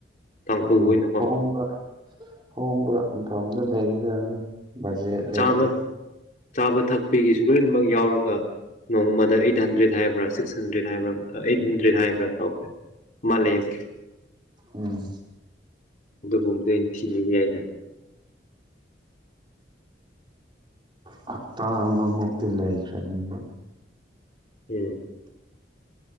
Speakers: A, on the left; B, on the right.
A: ꯇꯥꯡꯈꯨꯜ
B: ꯑ
A: ꯈꯣꯏꯅꯀꯣ
B: ꯑꯍꯣꯡꯕ ꯍꯣꯡꯕ ꯃꯐꯝꯗ ꯂꯩꯒꯗꯕꯅꯤ ꯕꯖꯦꯠ ꯂꯩꯇꯦ
A: ꯆꯥꯕ ꯆꯥꯕ ꯊꯛꯄꯤꯒꯤꯁꯨ ꯂꯣꯏꯅꯃꯛ ꯌꯥꯎꯔꯒ ꯅꯣꯡꯃꯗ ꯑꯩꯠ ꯍꯟꯗ꯭ꯔꯦꯠ ꯍꯥꯏꯕ꯭ꯔꯥ ꯁꯤꯛꯁ ꯍꯟꯗ꯭ꯔꯦꯠ ꯍꯥꯏꯕ꯭ꯔꯥ ꯑꯩꯠ ꯍꯟꯗ꯭ꯔꯦꯠ ꯍꯥꯏꯕ꯭ꯔꯥ ꯀꯥꯎꯈ꯭ꯔꯦ ꯃꯥ ꯂꯩꯕꯩ
B: ꯎꯝ
A: ꯑꯗꯨꯒꯨꯝꯕꯗꯤ ꯑꯩꯅ ꯊꯤꯕꯤꯕ ꯌꯥꯏꯗ
B: ꯍꯞꯇ ꯑꯃꯃꯨꯛꯇꯤ ꯂꯩꯥꯈ꯭ꯔꯅꯤꯕ
A: ꯎꯝ